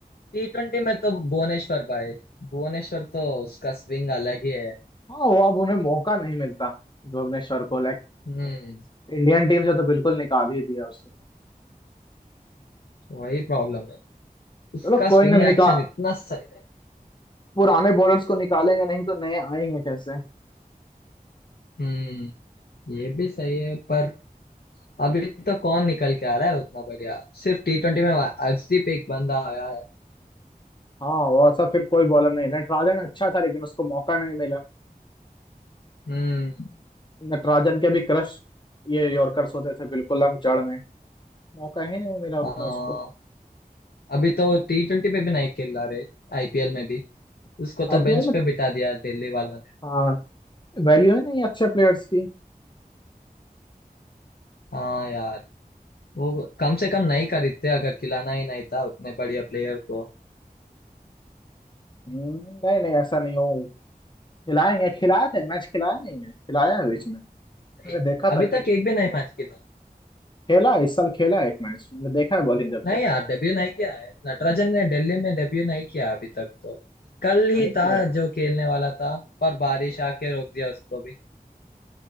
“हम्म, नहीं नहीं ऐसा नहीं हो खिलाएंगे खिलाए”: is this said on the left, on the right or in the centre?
Left